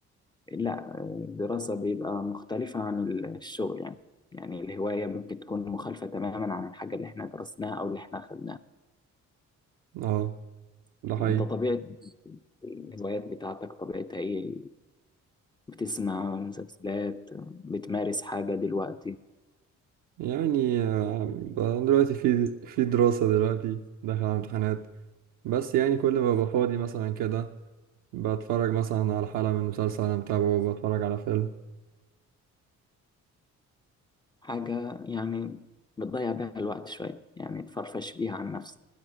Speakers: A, on the left; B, on the right.
A: لا آه، الدراسة بيبقى مختلفة عن ال- الشغل يعني يعني الهواية ممكن تكون مخالفة تماما عن الحاجة اللي احنا درسناها أو اللي احنا أخدناها
B: اه ده حقيقي
A: انت طبيعة الهوايات بتاعتك طبيعتها ايه بتسمع مسلسلات بتمارس حاجة دلوقتي
B: يعني آه، ب- دلوقتي في في دراسة دلوقتي داخل على امتحانات بس يعني كل ما ببقى فاضي مثلا كده بتفرج مثلا على حلقة من مسلسل انا متابعه بتفرج على فيلم
A: حاجة يعني بتضيع بيها الوقت شوية يعني تفرفش بيها عن نفسك